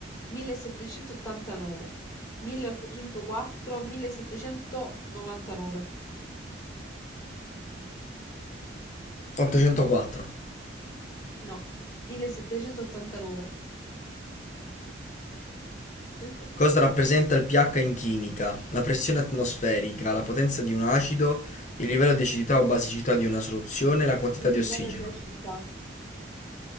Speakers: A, on the left; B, on the left.
A: 1789, 1804, 1799,
B: 804.
A: no, 1789. <laughs>
B: Cosa rappresenta il pH in chimica? La pressione atmosferica, la potenza di un acido, il livello di acidità o basicità di una soluzione, la quantità
A: Il
B: di
A: livello
B: ossigeno.
A: di acidità.